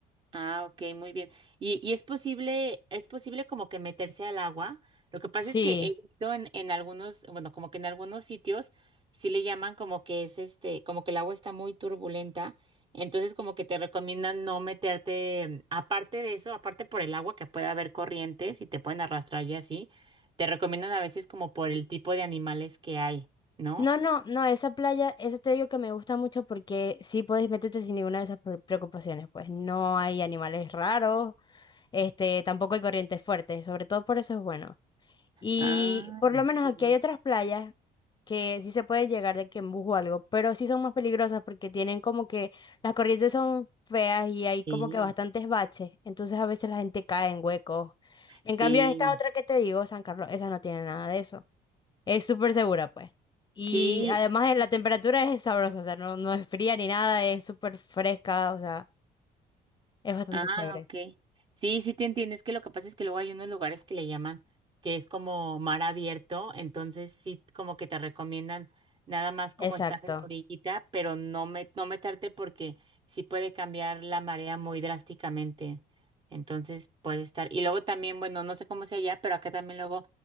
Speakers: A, on the right; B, on the left.
A: Ah, ok, muy bien. Y, y es posible, es posible como que meterse al agua. Lo que pasa
B: Sí.
A: es que he visto en, en algunos, bueno, como que en algunos sitios sí le llaman como que es este, como que el agua está muy turbulenta. Entonces como que te recomiendan no meterte, mm, aparte de eso, aparte por el agua que puede haber corrientes y te pueden arrastrar y así, te recomiendan a veces como por el tipo de animales que hay, ¿no?
B: No, no, no, esa playa, esa te digo que me gusta mucho porque sí podés meterte sin ninguna de esas pre- preocupaciones. Pues no hay animales raros, este, tampoco hay corrientes fuertes. Sobre todo por eso es bueno. Y
A: Ah,
B: por lo menos
A: muy
B: aquí
A: bien.
B: hay otras playas que sí se puede llegar de que en bus o algo, pero sí son más peligrosas porque tienen como que las corrientes son feas y hay como
A: Sí,
B: que bastantes baches, entonces a veces la gente cae en huecos. En
A: sí.
B: cambio, esta otra que te digo, San Carlos, esa no tiene nada de eso. Es súper segura, pues. Y
A: Sí,
B: además eh, la temperatura es sabrosa, o sea, no, no es fría ni nada, es súper fresca, o sea, es bastante
A: Ah,
B: chévere.
A: ok. Sí, sí te entiendo. Es que lo que pasa es que luego hay unos lugares que le llaman que es como mar abierto, entonces sí como que te recomiendan nada más como
B: Exacto.
A: estar en la orillita, pero no me, no meterte porque sí puede cambiar la marea muy drásticamente. Entonces puede estar. Y luego también, bueno, no sé cómo sea allá, pero acá también luego